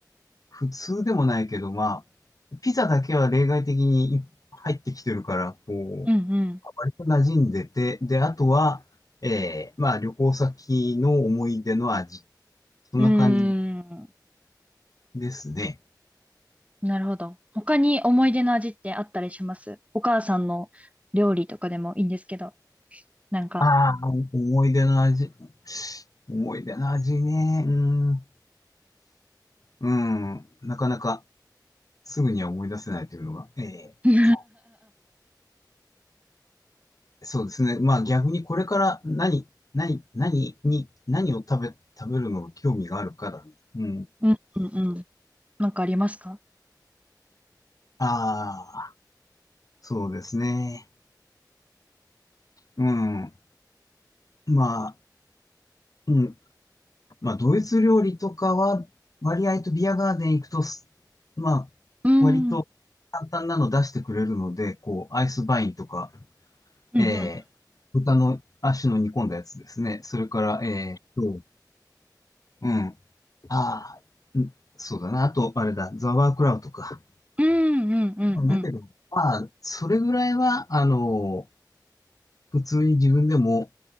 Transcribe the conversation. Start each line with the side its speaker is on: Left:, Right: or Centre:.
Left: 普通でもないけど、まあ、ピザだけは例外的に入ってきてるから、こう、
Right: うん
Left: 割と馴染んでて、で、あとは、えー、まあ、旅行先の思い出の味。そんな感じ
Right: うん。うーん。
Left: ですね。
Right: なるほど。他に思い出の味ってあったりしますお母さんの料理とかでもいいんですけど、なんか。
Left: ああ、思い出の味。思い出の味ね。うん。うん。なかなかすぐには思い出せないというのが。えーっと。
Right: <laughs> うん
Left: そうですね。まあ逆にこれから何、何、何に、何を食べ、食べるのが興味があるから。うん。
Right: うんうん。なんかありますか
Left: ああ、そうですね。うん。まあ、うん。まあドイツ料理とかは、割合とビアガーデン行くとす、まあ、
Right: うん。
Left: 割と簡単なの出してくれるので、
Right: うん
Left: こう、アイスバインとか、
Right: うん
Left: えー、豚の足の煮込んだやつですね。それから、えーと、うん。ああ、うんそうだな。あと、あれだ、ザワークラウトか。
Right: うんうんうんうん。
Left: だけど、まあ、それぐらいは、あの、普通に自分でも、